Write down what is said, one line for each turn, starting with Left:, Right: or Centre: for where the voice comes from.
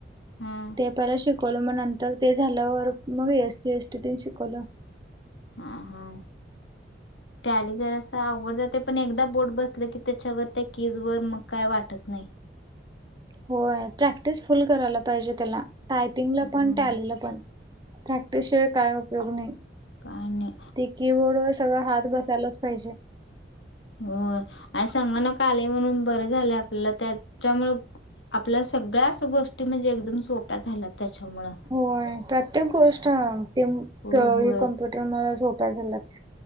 Left: हम्मं
Right: ते पहिला शिकवलं मं नंतर ते झाल्यांवर मंग एस जी एस टी तेनं शिकवलं.
Left: हां हां टॅली जरासं आंवघड जातंय, पणं एकदाचं बोटं बसलं की त्यांच्यावर त्यां कीज वरं मंग कायं वाटतं नाहीं.
Right: होयं प्रॅक्टिस फुलं करांयला पाहिजे तेलां. टायपिंगलां
Left: होय
Right: पणं त्यां आलेला पणं प्रॅक्टिसशिवायं कायं उपयोग नाहीं
Left: कांयनी
Right: ते कीबोर्ड व सगळं हातं बसांयलांच पाहिजे
Left: होयं आणि संगनक आलंय म्हणूंन बरं झालंय आपल्यांला त्यांच्यामुळं- आपल्या सगळ्यां चं आसं गोष्टी म्हणजे एकदंम सोप्या झाल्यांत. त्यांच्यामुळं-
Right: होयं प्रत्येक गोष्टं तेम
Left: होय
Right: की
Left: होय
Right: हे कम्प्युट टरं मुळं सोप्या झाल्यांत,